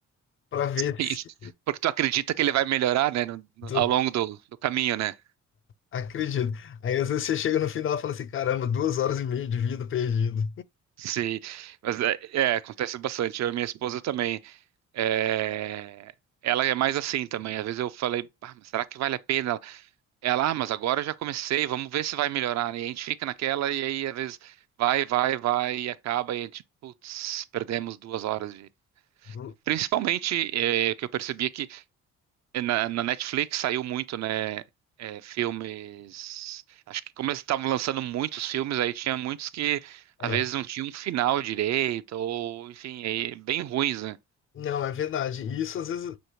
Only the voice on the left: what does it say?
para ver
se.
do-
acredito. Aí às vezes você chega no final e fala assim: caramba, duas horas e meia de vida perdido.
Du-
É,
não, é verdade. E isso às vezes,